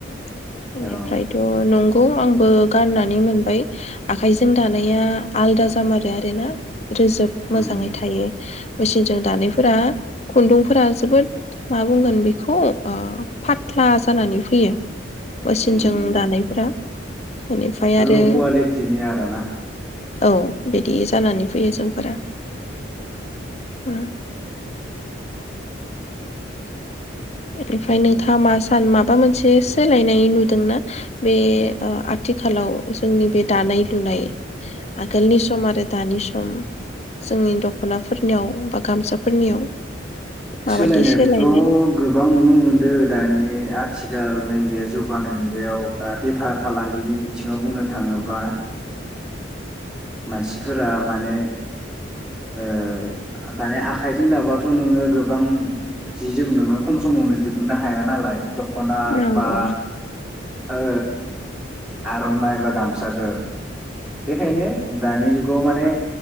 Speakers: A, on the left; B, in the centre.
A: बेनिफ्रायथ
B: औ
A: नंगौ आंबो गाननानै मोनबाय आखाइजों दानाया आलदा जामारो आरोना रोजोब
B: उम
A: मोजाङै थायो मेसिनजों दानायफोरा खुन्दुंफोरा जोबोद मा बुंगोन बेखौ अ फाथ्ला जानानै फैयो।
B: उम
A: जों
B: उम
A: दानायफोरा बेनिफ्राय आरो
B: ल' कुवालिटिनि आरोना
A: औ बिदि जानानै फैयो जोंफोरा। उम बेनिफ्राय नोंथाङा मा सान माबा मोनसे सोलायनाय नुदोंना बे अ आथिखालाव जोंनि बे दानाय लुनाय आगोलनि सम आरो दानि सम जोंनि दख'नाफोरनियाव बा गामसाफोरनियाव माबायदि
B: सोलायनायखौथ'
A: सोलायनाय
B: गो गोबां नुनो मोनदों दानि आथिखाल नैबे जौगानाय मुगायाव बा बेफार फालांगिनि बिथिङाव बुंनो थाङोब्ला मानसिफोरा माने ओ दानि आखाइजों दाबाथ' नोङो गोबां जि जोम नोङो खम समावनो दिहुननो हाया नालाय दख'ना
A: नंगौ
B: बा ओ आर'नाइ बा गामसाखौ बेखायनो दानि जुगाव माने